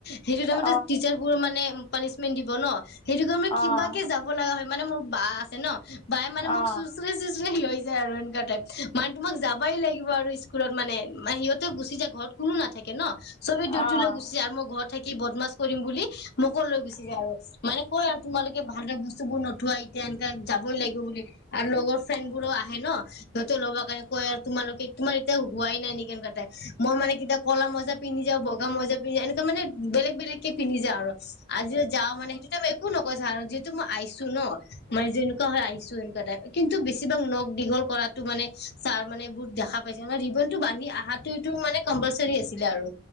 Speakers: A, on the left; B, on the left.
A: সেইটো তাইমট
B: অ',
A: টিচাৰবোৰ মানে পানিচমেন্ট দিব ন। সেইটো কাৰণে, মোৰ কিবাকে
B: অ', অ',
A: যাব লগা হয় মানে মোৰ বা আছে ন। বাায় মানে মোক
B: অ',
A: চোঁচৰাই চোঁচৰাই লৈ যায়। যায় আৰু এনেকুৱা টাইপ মানে তোমাক যাবাই লাগিব আৰু স্কুলত মানে। মান সিহতে গুচি যায়, ঘৰত কোনো নাথাকে ন চবে ডিউটি
B: অ', অ', অ', অ', অ',
A: লৈ গুচি যায় আৰু মই ঘৰত, ঘৰত থাকি বদমাছ কৰিম বুলি, মোক লৈ গুচি যায় আৰু মানে কৈ তোমালোকে ভালদৰে বস্তুবোৰ নোথোৱা, এতিয়া এনেকে যাবই লাগিব বুলি, আৰু লগৰ ফ্ৰেণ্ড বোৰো আহে ন সিহঁতে ল'ব কাৰণে কয় আৰু তোমালোকে তোমাৰ এতিয়া হোৱাই নাই নেকি, ক মই মানে কেতিয়া কলা মজা পিন্ধি যাওঁ বগা মজা পিন্ধ যাওঁ, এনেকুৱা মান বেলেগ বেলেগ কে পিন্ধি যাও আৰু। আজিও যাওঁ মানে তেতিয়াটো ত একো নকৈ ছাৰ আৰু যিহেতু মই আহিছো ন। মই যেনেকুৱা হৈ আহিছো এনেকোৱা টাইপ। কিন্তু বেছিভাগ নগ দীঘল কৰাতো মানে ছাৰ মানে বহুত দেখা পাইছে মানে ৰিবনটো বান্ধি আহাটো এটো মানে কম্পালচিৰি আছিলে আৰু